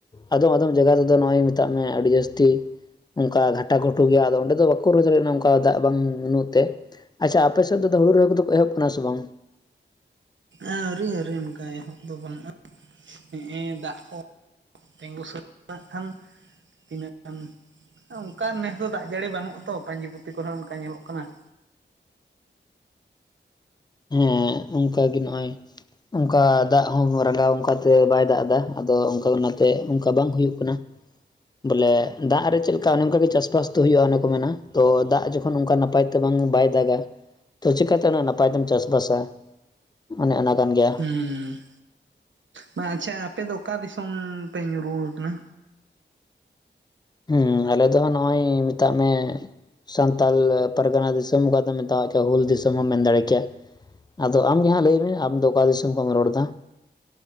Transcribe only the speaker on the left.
ᱟᱫᱚᱢ ᱟᱫᱚᱢ ᱡᱟᱭᱜᱟ ᱨᱮ ᱟᱫᱚ ᱱᱚᱣᱟᱜᱤᱧ ᱢᱮᱛᱟᱜ ᱢᱮ ᱟᱹᱰᱤ ᱡᱟᱹᱥᱛᱤ ᱚᱱᱠᱟ ᱜᱷᱟᱴᱟ ᱜᱷᱩᱴᱩ ᱜᱮᱭᱟ ᱟᱫᱚ ᱚᱸᱰᱮ ᱫᱚ ᱵᱟᱠᱚ ᱨᱩᱦᱚᱭ ᱫᱟᱲᱮᱭᱟᱜ ᱠᱟᱱᱟ ᱚᱱᱠᱟ ᱫᱟᱜ ᱵᱟᱝ ᱵᱩᱜ ᱛᱮ ᱟᱪᱷᱟ ᱟᱯᱮ ᱥᱮᱫ ᱫᱚ ᱦᱲᱩ ᱨᱚᱦᱚᱭ ᱠᱚᱫᱚ ᱮᱚᱦᱚᱵ ᱠᱮᱫᱟ ᱥᱮ ᱵᱟᱝ?
ᱦᱮᱸ ᱚᱱᱠᱟᱜ ᱜᱮ ᱱᱚᱜ-ᱚᱭ ᱚᱱᱠᱟ ᱫᱟᱜ ᱦᱚᱸ ᱨᱟᱸᱜᱟᱣ ᱚᱱᱠᱟᱛᱮ ᱵᱟᱭ ᱫᱟᱜ ᱮᱫᱟ ᱟᱫᱚ ᱚᱱᱠᱟ ᱚᱱᱟᱛᱮ ᱚᱱᱠᱟ ᱵᱟᱝ ᱦᱩᱭᱩᱜ ᱠᱟᱱᱟ ᱾ ᱵᱚᱞᱮ ᱫᱟᱜ ᱨᱮ ᱪᱮᱫ ᱞᱮᱠᱟ ᱚᱱᱮ ᱚᱱᱠᱟ ᱜᱮ ᱪᱟᱥ-ᱵᱟᱥ ᱫᱚ ᱦᱩᱭᱩᱜ-ᱟ ᱚᱱᱮ ᱠᱚ ᱢᱮᱱᱟ ᱛᱚ ᱫᱟᱜ ᱡᱚᱠᱷᱚᱱ ᱚᱱᱝᱠᱟ ᱱᱟᱯᱟᱭ ᱛᱮ ᱵᱟᱝ ᱵᱟᱭ ᱫᱟᱜᱟ ᱪᱤᱠᱟᱛᱮ ᱱᱟᱯᱟᱭᱛᱮᱢ ᱪᱟᱥ-ᱵᱟᱥᱟ ᱚᱱᱮ ᱚᱱᱟ ᱠᱟᱱ ᱜᱮᱭᱟ ᱾
ᱦᱩᱸ ᱟᱞᱮ ᱫᱚ ᱱᱚᱜ-ᱚᱭ ᱢᱮᱛᱟᱜ ᱢᱮ ᱥᱟᱱᱛᱟᱲ ᱯᱟᱨᱜᱟᱱᱟ ᱫᱤᱥᱚᱢ ᱚᱠᱟ ᱫᱚᱢ ᱢᱮᱛᱟᱣ ᱠᱮᱭᱟ ᱦᱩᱞ ᱫᱤᱥᱚᱢ ᱮᱢ ᱢᱮᱱ ᱫᱟᱲᱮ ᱠᱮᱭᱟ᱾ ᱟᱫᱚ ᱟᱢᱜᱮ ᱦᱟᱸᱜ ᱞᱟᱹᱭᱢ ᱢᱮ ᱟᱢ ᱫᱚ ᱚᱠᱟ ᱫᱤᱥᱚᱢ ᱠᱷᱚᱱ ᱮᱢ ᱨᱚᱲ ᱮᱫᱟ?